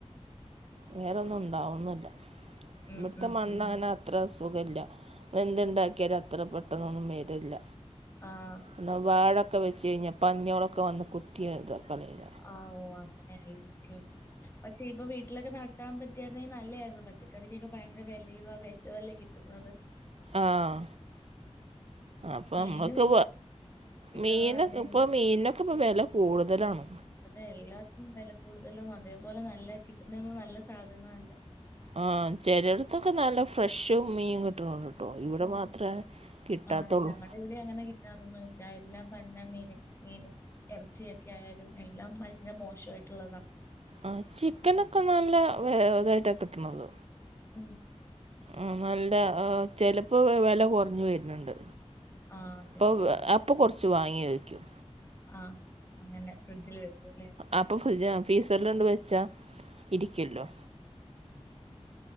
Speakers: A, on the right; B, on the left.
A: വേറെന്നും ഉണ്ടാവുന്നില്ല
B: ഉം
A: ഇവിടത്തെ
B: ഉം
A: മണ്ണ്
B: ഉം
A: അങ്ങനെ അത്ര സുഖല്ല എന്തുണ്ടാക്കിയാലും അത്ര പെട്ടെന്നൊന്നും വരില്ല
B: ആഹ്
A: പിന്നെ വാഴൊക്കെ വെച്ച് കഴിഞ്ഞാൽ പന്നിയാളൊക്കെ വന്ന് കുത്തിത കളയല
B: ആഹ് ഓഹ് അങ്ങനെല്ലേ ഓക്കെ ഓക്കേ പക്ഷെ ഇ പ്പൊ വീട്ടിലൊക്കെ നട്ടാൻ പറ്റിരുന്നെങ്കിൽ നല്ലതായിരുന്നു പച്ചക്കറിക്കൊക്കെ ഭയങ്കര വിലയുവാ വിഷവല്ലേ കിട്ടുന്നത്
A: ആഹ് അപ്പം
B: മീനും
A: നമ്മൾക്ക്
B: കിട്ടണത്
A: മീനെക്കെ
B: തന്നെയല്ല
A: ഇപ്പ മീനിനൊക്കെ ഇപ്പോ വില കൂടുതലാണ്
B: അതെ എല്ലാത്തിനും വില കൂടുതലും അതേപോലെ നല്ല കിട്ടുന്നന്നും നല്ല സാധനോം അല്ല
A: ആഹ് ചെലയടത്തൊക്കെ നല്ല ഫ്രഷും മീൻ കിട്ടുണൂണ്ട് കിട്ടും ഇവിടെ
B: ഉം
A: മാത്രേ കിട്ടാത്തുള്ളൂ
B: ആഹ് ഞങ്ങടെ ഇവിടെ അങ്ങനെ കിട്ടാറൊന്നും ഇല്ല എല്ലാം പന്ന മീനും മീനും എറച്ചിയൊക്കെ ആയാലും എല്ലാം ഭയങ്കരെ മോശമായിട്ടുള്ളതാ
A: ആഹ് ചിക്കനൊക്കെ നല്ല ഇതായിട്ടാ കിട്ടണത്
B: ഉം
A: ആ നല്ല ചെലപ്പൊ വെല കൊ റഞ്ഞു വരുന്നുണ്ട്
B: ആഹ് അതെ
A: പ്പൊ
B: അതെ
A: അപ്പൊ കൊറച്ച് വാങ്ങി വയ്ക്കും
B: ആഹ് അങ്ങനെ ഫ്രിഡ്ജില് വെക്കൂ ലെ
A: അപ്പൊ ഫ്രിഡ്ജ് ഫ്രീസറിലൊണ്ട് വെച്ചാ ഇരിക്കല്ലൊ